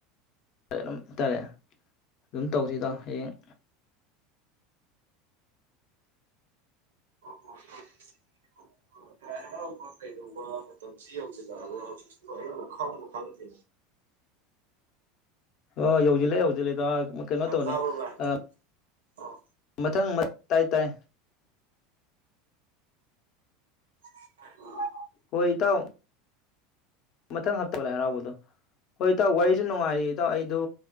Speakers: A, on the left (about 45°); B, on the right (about 70°).
A: <unintelligible> ꯇꯥꯔꯦ ꯑꯗꯨꯝ ꯇꯧꯁꯤ ꯏꯇꯥꯎ ꯍꯌꯦꯡ
B: <unintelligible> ꯂꯥꯏ ꯍꯔꯥꯎꯕ ꯀꯩꯗꯧꯕ ꯃꯇꯝꯁꯤ ꯌꯧꯁꯤꯜꯂꯛꯑꯒ ꯍꯧꯖꯤꯛ ꯑꯕ ꯈꯪꯕꯨ ꯈꯪꯗꯦ
A: ꯑ ꯌꯧꯖꯤꯂꯦ ꯌꯧꯖꯤꯂꯦ <unintelligible> ꯃꯣꯏ ꯀꯩꯅꯣ ꯇꯧꯅꯤ
B: ꯇꯥꯕ꯭ꯔꯣ ꯚꯥꯏ
A: ꯑ
B: ꯑꯣ
A: ꯃꯊꯪ ꯃ ꯇꯥꯏ ꯇꯥꯏ
B: <unintelligible>
A: ꯍꯣꯏ ꯏꯇꯥꯎ ꯃꯊꯪ ꯍꯛꯇꯕ ꯂꯥꯏ ꯍꯔꯥꯎꯕꯗꯣ ꯍꯣꯏ ꯏꯇꯥꯎ ꯋꯥꯔꯤꯁꯨ ꯅꯨꯡꯉꯥꯏꯔꯤ ꯏꯇꯥꯎ ꯑꯩꯗꯨ